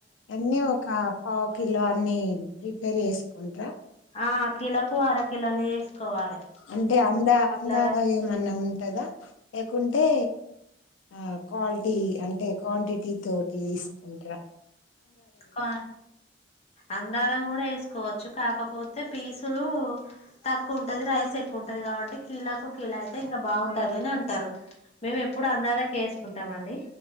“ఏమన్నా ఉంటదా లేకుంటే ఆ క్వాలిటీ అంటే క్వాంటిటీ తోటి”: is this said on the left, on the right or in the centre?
Left